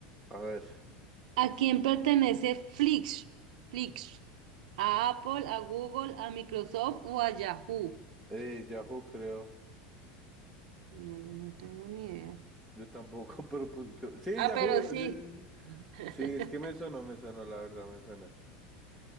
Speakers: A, in the centre; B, on the right.
A: A ver,
B: ¿A quién pertenece Flix? Flix. ¿A Apple, a Google, a Microsoft o a Yahoo?
A: eh, Yahoo creo.
B: No, yo no tengo ni idea.
A: Yo tampoco, <laughs> pero pues, creo- Sí,
B: Ah,
A: Yahoo.
B: pero sí.
A: Sí, sí, sí.
B: <laughs>
A: Sí, es que me sonó, me sonó, la verdad, me suena.